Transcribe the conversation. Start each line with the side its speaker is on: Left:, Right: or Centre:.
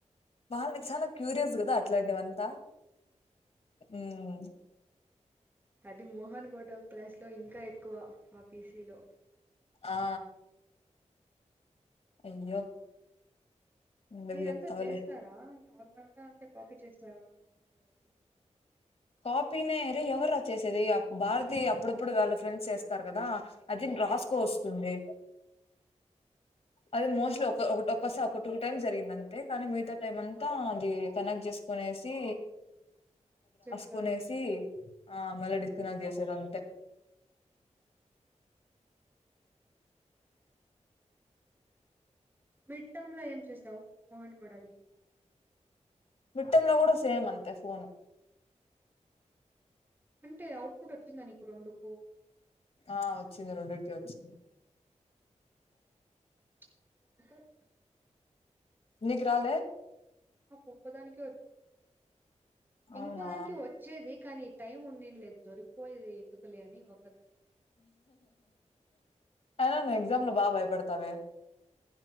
Left: బాల్ నీకు చానా క్యూరియస్ గదా ఇట్లాంటివంతా హ్మ్
Right: అది మోహన్ గొడల్ క్లాస్ లో ఇంకా ఎక్కువ ఆ పీసీలో
Left: ఆ అయ్యో ఎందుకు
Right: మీరంతా
Left: చెప్తావులే
Right: చేస్తారా నార్మల్ గా ఉంటే కాపీ చేస్తారా మోహన్ గొడలీ
Left: కాపీ నే ఎవరు రా చేసేది ఆ భారత్ ది అప్పుడప్పుడు వాళ్ళ ఫ్రెండ్స్ చేస్తారు కదా అది రాసుకు వస్తుంది అది మోస్ట్లీ ఒక్క ఒక్కసార ఒక టూ టైమ్స్ జరిగిందండి కానీ మిగతా టైమ్ అంతా అది కనెక్ట్ చేసుకునేసి
Right: చేట్
Left: పునేసి ఆ మల్ల డిష్ కనెక్ట్ చేసి దే అం స
Right: మిడ్ టర్మ్ లో ఏం చేసావు మోహన్ గౌడది
Left: మిట్టం లో కూడా సేమ్ అంతే ఫోన్
Right: అంటే ఔటపుట్ వచ్చిందా నీకు రెండుకు
Left: ఆ వచ్చింది రెండింటికి వచ్చింది
Right: ఆ
Left: నీకు రాలే
Right: నాకు ఒక్కదానికే వచ్చింది ఇంకో
Left: అవునా
Right: దానికి వచ్చేది కానీ టైం ఉండింది లేదు దొరికిపోయేది ఎందుకులే అని ఒక
Left: ఆమే ఎగ్జామ్ లో బాగ బయపడు పడతావే